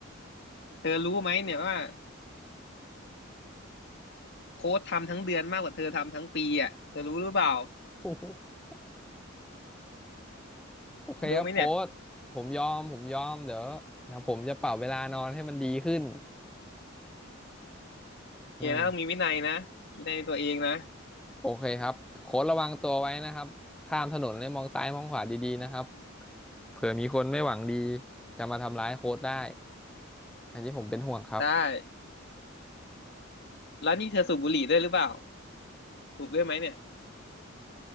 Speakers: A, on the left; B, in the centre.
A: เธอรู้ไหมเนี่ยว่าโค้ชทำทั้งเดือนมากกว่าเธอทำทั้งปีอ่ะเธอรู้หรือเปล่า
B: <laughs> โอเคครับโค้ชผมยอมผมยอมเดี๋ยวเดี๋ยวผมจะปรับเวลานอนให้มันดีขึ้น
A: เธอรู้ไหมเนี่ยโอเคนะต้องมีวินัยนะวินัยในตัวเองนะ
B: อืมโอเคครับโค้ชระวังตัวไว้นะครับข้ามถนนเลยมองซ้ายมองขวาดีๆนะครับเผื่อมีคนไม่หวังดีจะมาทำร้ายโค้ชได้อันนี้ผมเป็นห่วงครับ
A: ได้แล้วนี่เธอสูบบุหรี่ด้วยหรือเปล่าสูบด้วยไหมเนี่ย